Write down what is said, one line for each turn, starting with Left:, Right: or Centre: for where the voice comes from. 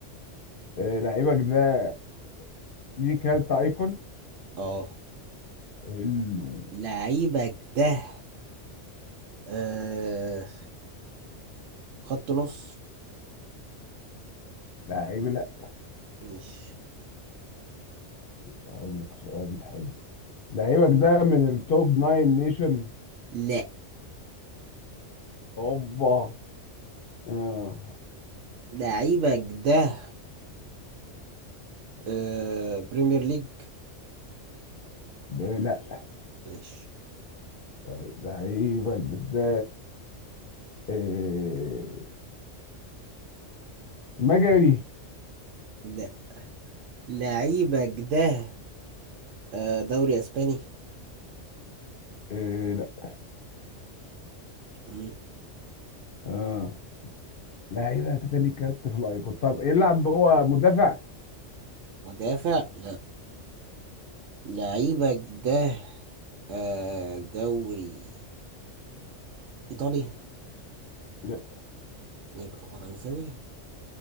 Left: آه لعيبك ده ليه كارت ايكون
Right: اه
Left: حلو
Right: لعيبك ده آه خط نص
Left: لعيب لا
Right: ماشي
Left: هقول لك سؤال حلو لعيبك ده من التوب ناين نيشن
Right: لا
Left: اوبا آه
Right: لعيبك ده آه بريمير ليج
Left: ب- لا
Right: ماشي
Left: طيب لعيبك ده آه مجري
Right: لا لعيبك ده آه، دوري اسباني
Left: آه لا
Right: مم.
Left: آه لعيبك ده ليه كارت في الايكون طب يلعب هو مدافع
Right: مدافع لا لعيبك ده آه، دوري ايطالي
Left: لا
Right: يبقى فرنساوي